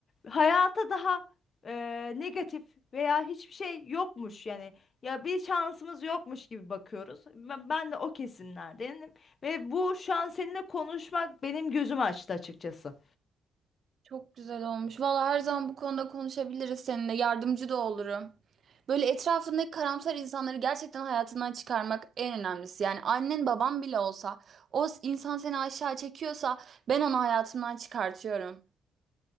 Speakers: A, on the left; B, on the right.
A: hayata daha e, negatif veya hiçbir şey yokmuş yani ya bir şansımız yokmuş gibi bakıyoruz. Ben, ben de o kesimlerdenim ve bu şu an seninle konuşmak benim gözümü açtı açıkçası.
B: Çok güzel olmuş. Valla her zaman bu konuda konuşabiliriz seninle. Yardımcı da olurum. Böyle etrafındaki karamsar insanları gerçekten hayatından çıkarmak en önemlisi. Yani annen baban bile olsa o insan seni aşağı çekiyorsa ben onu hayatımdan çıkartıyorum.